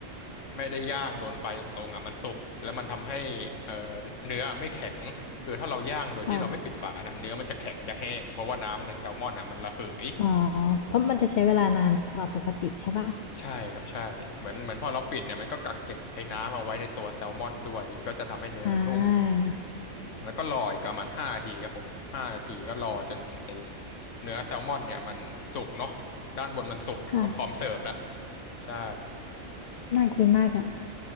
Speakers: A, on the left; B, on the left.
A: ไม่ได้ย่างโดนไฟตรงๆอ่ะมันสุกแล้วมันทำให้เอ่อเนื้อไม่แข็งคือถ้าเราย่างโดยที่เราไม่ปิดฝานะเนื้อมันจะแข็งจะแห้งเพราะว่าน้ำในแซลมอนอ่ะมันระเหย
B: ค่ะอ๋อเพราะมันจะใช้เวลานานกว่าปกติใช่ป่ะ
A: ใช่ครับใช่เหมือนเหมือนพอเราปิดเนี่ยมันก็กักเก็บไอ้น้ำเอาไว้ในตัวแซลมอนด้วยก็จะทำให้เนื้อมันนุ่ม
B: อ่า
A: แล้วก็รออีกประมาณห้านาทีครับผมห้านาทีก็รอจนไอเนื้อแซลมอนเนี่ยมันสุกเนาะด้านบนมันสุกก็พร้อมเสิร์ฟแล้ว
B: ค่ะ
A: ใช่
B: น่ากินมากอ่ะ